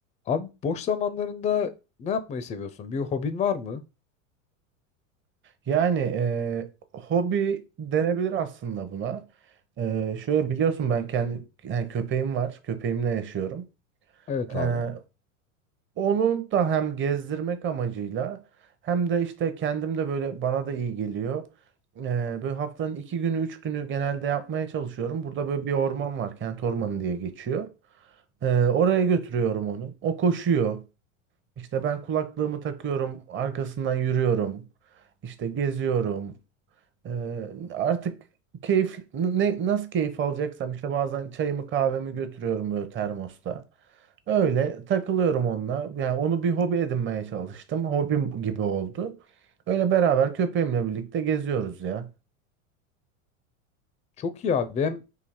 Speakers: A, on the left; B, on the right.
A: Abi boş zamanlarında ne yapmayı seviyorsun? Bir hobin var mı?
B: Yani eee, hobi denebilir aslında buna. Eee, şöyle biliyorsun ben kendi yani köpeğim var. Köpeğimle yaşıyorum.
A: Evet
B: Eee,
A: abi.
B: onu da hem gezdirmek amacıyla hem de işte kendim de böyle bana da iyi geliyor. Eee, böyle haftanın iki günü üç günü genelde yapmaya çalışıyorum. Burada böyle bir orman var. Kent ormanı diye geçiyor. Eee, oraya götürüyorum onu. O koşuyor. İşte ben kulaklığımı takıyorum. Arkasından yürüyorum. İşte geziyorum. Ee, artık keyif ne, nasıl keyif alacaksam işte bazen çayımı kahvemi götürüyorum böyle termosta. Öyle takılıyorum onunla. Yani onu bir hobi edinmeye çalıştım. Hobim gibi oldu. Öyle beraber köpeğimle birlikte geziyoruz ya.
A: Çok iyi abi. Hem